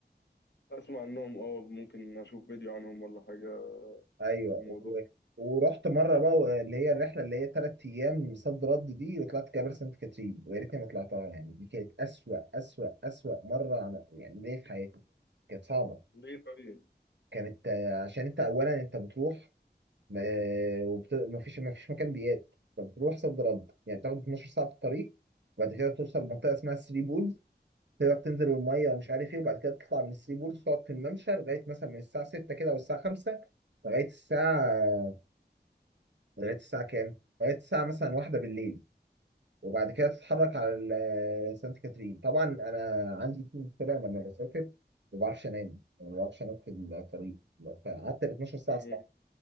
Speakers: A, on the left (about 80°); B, on the right (about 85°).
A: اسمع عنهم اه ممكن اشوف فيديو عنهم ولا حاجه
B: ايوه
A: في
B: و...
A: الموضوع
B: ورحت مره بقى و- اللي هي الرحله اللي هي ثلاث ايام صد رد دي وطلعت جبل سانت كاترين ويا ريتني ما طلعتها يعني دي كانت اسوأ اسوأ اسوأ مره عم... يعني ليا في حياتي كانت صعبه
A: ليه طيب
B: كانت آه، عشان انت اولا انت بتروح ما وبت... ما فيش ما فيش مكان بيات فبتروح صد رد يعني بتاخد 12 ساعه في الطريق وبعد كده بتوصل لمنطقه اسمها الثري بولز تقدر تنزل الميه ومش عارف ايه وبعد كده تطلع من الثري بولز تقعد في الممشى لغايه مثلا من الساعه 6 كده او الساعه 5 لغايه الساعه لغايه الساعه كام؟ لغايه الساعه مثلا واحدة بالليل وبعد كده تتحرك على ال- آه، سانت كاترين طبعا انا عندي في مشكله لما بسافر ما بعرفش انام يعني ما بعرفش انام في الطريق فقعدت ال 12 ساعه
A: <laughs>
B: صح
A: مم.